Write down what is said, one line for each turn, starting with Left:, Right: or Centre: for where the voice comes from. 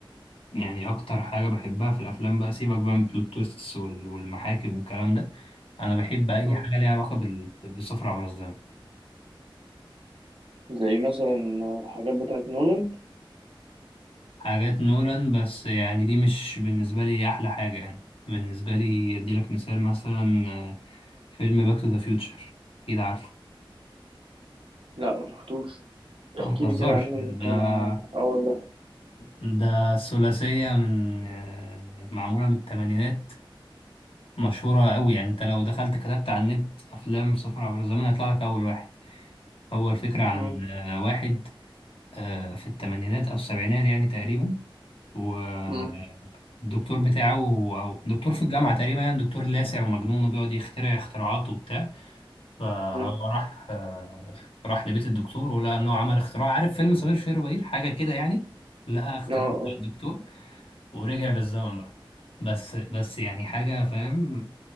Left: يعني اكتر حاجة بحبها في الافلام بقى سيبك بقى من بلوت تويستس وال- والمحاكم والكلام ده انا بحب اي
Right: مم.
Left: حاجة ليها علاقة بال- بالسفر عبر الزمن
Right: زي مثلا حاجات بتاعت نولان
Left: حاجات نولان بس يعني دي مش بالنسبة لي أحلى حاجة يعني بالنسبة لي أديلك مثال مثلا آه، فيلم باك تو ذا فيوتشر أكيد عارفه
Right: لا ما شفتوش
Left: لا
Right: احكي
Left: متهزرش
Right: لي كده عنه
Left: ده
Right: ممكن اه آه والله
Left: ده ثلاثية من آه، معمولة من التمانينات مشهورة أوي يعني أنت لو دخلت كتبت على النت أفلام سفر عبر الزمن هيطلع لك أول واحد هو الفكرة عن
Right: مم.
Left: آه، واحد آه، في التمانينات أو السبعينات يعني تقريبا والدكتور
Right: مم.
Left: بتاعه او دكتور في الجامعه تقريبا يعني دكتور لاسع ومجنون وبيقعد يخترع اختراعات وبتاع فهو
Right: مم.
Left: راح آه، راح لبيت الدكتور ولقى ان هو عمل اختراع عارف فيلم سمير وشهير وبهير حاجه كده يعني لقى اختراع
Right: اه آه.
Left: الدكتور ورجع بالزمن بقى بس بس يعني حاجه فاهم